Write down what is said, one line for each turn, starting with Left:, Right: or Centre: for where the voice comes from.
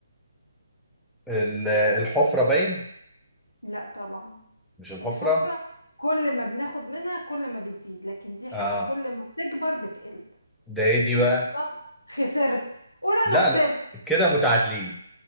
Centre: ال- الحفره باين
Left: لا طبعا
Centre: مش الحفره
Left: الحفرة كل ما بناخد منها كل ما بتزيد لكن دي حاجة
Centre: اه
Left: كل ما بتكبر بتقل
Centre: ده ايه دي بقى
Left: الله خسرت قول
Centre: لا
Left: انا خسرت
Centre: انا كده متعادلين